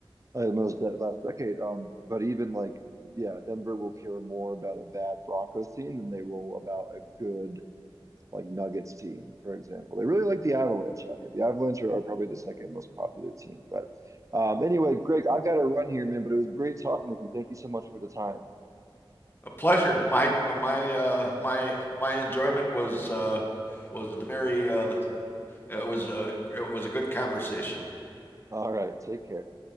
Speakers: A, on the right (about 35°); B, on the left (about 25°).
A: most that last decade. Um, but even like, yeah, Denver will care more about a bad Broncos team than they will about a good like Nuggets team, for example. They really like the Avalanche out here. The Avalanche are, are probably the second most popular team. But um, anyway, Greg, I got to run here, man. But it was great talking with you. Thank you so much for the time.
B: a pleasure. My my uh, my my enjoyment was uh, was very uh, it was uh, it was a good conversation.
A: All right, take care.